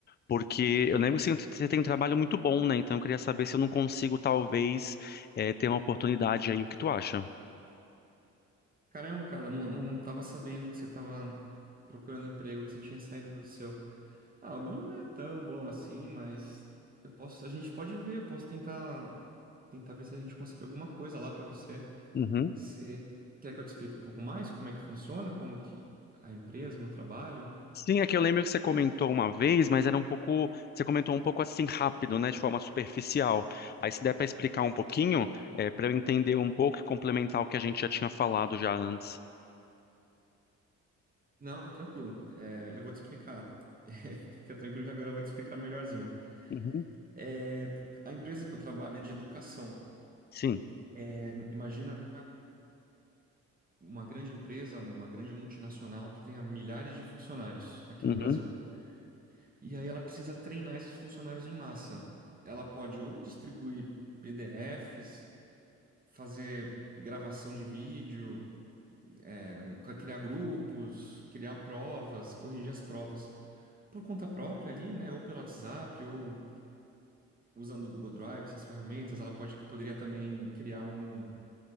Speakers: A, on the left; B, on the right.
A: porque eu lembro que você você tem um trabalho muito bom, né? Então eu queria saber se eu não consigo, talvez, é, ter uma oportunidade aí, o que tu acha?
B: Caramba, cara, não, não tava sabendo que você tava procurando emprego, que você tinha saído do seu. Ah, o meu não é tão bom assim, mas eu posso, a gente pode ver, eu posso tentar, tentar ver se a gente consegue alguma coisa lá pra você.
A: Uhum.
B: Você quer que eu te explique um pouco mais como é que funciona, como que a empresa, meu trabalho?
A: Sim, é que eu lembro que você comentou uma vez, mas era um pouco, você comentou um pouco assim rápido, né, de forma superficial. Aí se der para explicar um pouquinho, é, para eu entender um pouco e complementar o que a gente já tinha falado já antes.
B: Não, tranquilo. É, eu vou te explicar. <laughs> É, fica tranquilo que agora eu vou te explicar melhorzinho.
A: Uhum,
B: É, a empresa que eu trabalho é de educação.
A: sim.
B: É, imagina uma grande empresa, uma grande multinacional que tenha milhares de funcionários aqui
A: Uhum,
B: no Brasil. E aí ela precisa treinar esses funcionários em massa. Ela pode ou distribuir PDFs, fazer gravação de vídeo, é, criar grupos, criar provas, corrigir as provas por conta própria ali, né? Ou pelo WhatsApp, ou usando o Google Drive, essas ferramentas. Ela pode, poderia também criar um,